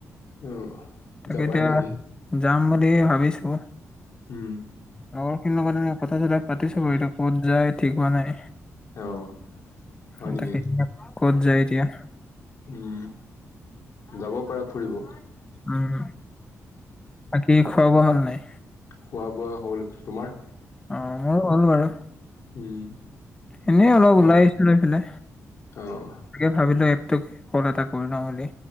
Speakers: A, on the left; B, on the left.
A: অ'।
B: তাকে
A: যাবাহে
B: এতিয়া
A: নেকি?
B: যাম বুলি ভাবিছোঁ।
A: উম,
B: লগৰখিনিৰ লগত এনেকে কথা চথা পাতিছোঁ বাৰু, এতিয়া ক'ত যায় ঠিক হোৱা নাই।
A: অ'
B: <unintelligible>
A: হয় নেকি?
B: ক'ত যায় এতিয়া।
A: উম, যাব পাৰা ফুৰিব।
B: উম, বাকী খোৱা বোৱা হ'ল নে নাই?
A: খোৱা বোৱা হ'ল। তোমাৰ?
B: অ' ময়ো <unintelligible> বাৰু।
A: উম।
B: এনেই অলপ
A: বা
B: ওলাই আহিছিলো ইফালে।
A: অ'
B: তাকে ভাবিলোঁ এপটোক কল এটা কৰি লওঁ বুলি।